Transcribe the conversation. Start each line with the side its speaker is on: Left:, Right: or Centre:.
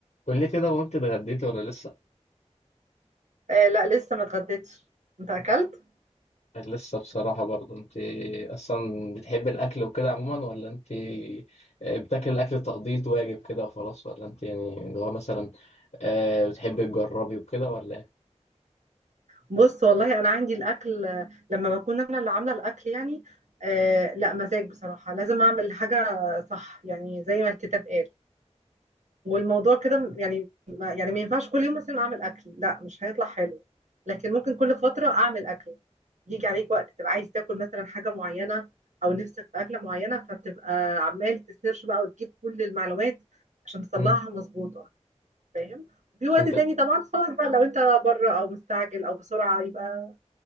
Left: قول لي كده وانت اتغديتي ولا لسه
Right: آه لا لسه ما اتغديتش انت اكلت
Left: يعني لسه بصراحة برضه انت اصلا بتحبي الاكل وكده عموما ولا انت بتاكل الاكل تقضية واجب كده وخلاص ولا انت يعني اللي هو مثلا آه بتحبي تجربي وكده ولا ايه؟
Right: بص والله انا عندي الاكل آه، لما بكون انا اللي عامله الاكل يعني آه لا مزاج بصراحه لازم اعمل حاجه صح يعني زي ما الكتاب قال والموضوع كده يعني ما يعني ما ينفعش كل يوم مثلا اعمل اكل لا مش هيطلع حلو لكن ممكن كل فتره اعمل اكل يجي عليك وقت تبقى عايز تاكل مثلا حاجه معينه او نفسك في اكله معينه فبتبقى عمال تسيرش بقى وتجيب كل المعلومات عشان تطلعها
Left: مم.
Right: مظبوطه فاهم وفي وقت
Left: انت
Right: تاني طبعا خلاص بقى لو انت بره او مستعجل او بسرعه يبقى